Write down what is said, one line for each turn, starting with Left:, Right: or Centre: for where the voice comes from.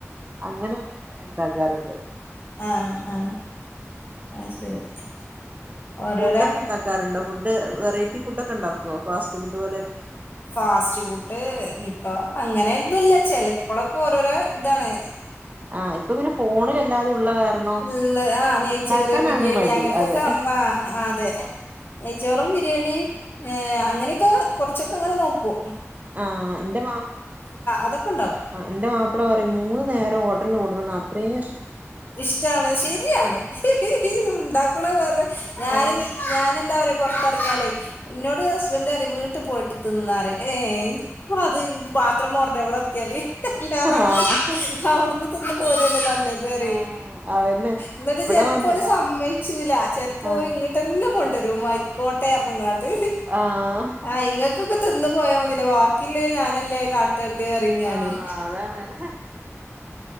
Right: അങ്ങനെ ഇണ്ടാക്കാറുണ്ട്
Left: ആ ആ ആഹ് ശരി
Right: പി
Left: ഓരോരോ
Right: ഫുഡ്ഡൊക്കെ ഇണ്ടാക്കാറുണ്ടോ ഫുഡ് വെറൈറ്റി ഫുഡ് ഒക്കെ ഇണ്ടാക്കുവോ ഫാസ്റ്റ് ഫുഡ് പോലെയൊക്കെ
Left: ഫാസ്റ്റ് ഫുഡ് ഇനിപ്പ അങ്ങനെന്നും ഇല്ല ചെലപ്പോഴൊക്കെ ഓരോരോ ഇതാണ്
Right: ആഹ് ഇപ്പൊ പിന്നെ ഫോണിലെല്ലാതും ഉള്ള കാരണം
Left: ഉം ആ നെയ്ച്ചോറ്
Right: ഇണ്ടാക്കാനാണ്
Left: ബിരിയാണി
Right: മടി
Left: അങ്ങനത്തൊക്കെ
Right: അതെ
Left: ആ അതെ നെയച്ചോറും ബി ബിരിയാണിയ എ അങ്ങനെയൊക്കെ കുറച്ചൊക്കെ അങ്ങനെ നോകും
Right: ആ എന്റെ മാ മ്
Left: അതൊക്കെ ഉണ്ടാക്കും
Right: ആ എന്റെ മാപ്പിള പറയും മൂന്ന് നേര ഹോട്ടലിൽ നിന്ന് കൊടന്ന് തന്ന അത്രീം
Left: ഇഷ്ടാണ് ശരിയാണ് ഇണ്ടാക്കണ വേറെ ഞാൻ
Right: ആഹ്
Left: ഞാനെന്താ പറയാ പുറത്തിറങ്ങിയാലേ ഇന്നോട് ഹസ്ബന്റ് പറയിം വീട്ടിൽ പോയിട്ട് തിന്നാറ്ഏ എനിക്ക അത് പാത്രം മോറാണ്ട ഇവിടെ ത്തിയാൽ ആയിലെറ
Right: ആഹ്
Left: അവിടന്ന് തിന്ന് പോരല്ലോ നല്ല പറയ്
Right: ആഹ് അതന്നെ
Left: എന്നിട്ട്
Right: ഇവിടെ
Left: ചിലപ്പോല്
Right: വന്ന്
Left: സമ്മയ്ച്ചൂല ചിലപ്പോല
Right: ആഹ്
Left: ഇങ്ങോട്ടന്ന പോ കൊണ്ടരും ആയിക്കോട്ടെ ഇറങ്ങാണ്ട്
Right: ആഹ്
Left: ആ ഇങ്ങൾക്കൊക്കെ തിന്ന് പോയാ മതില്ലേ വാക്കില്ലേ ഞാനല്ലേ കാ ട്ടണ്ടറിം ഞാനേ
Right: ആഹ് അതാണ്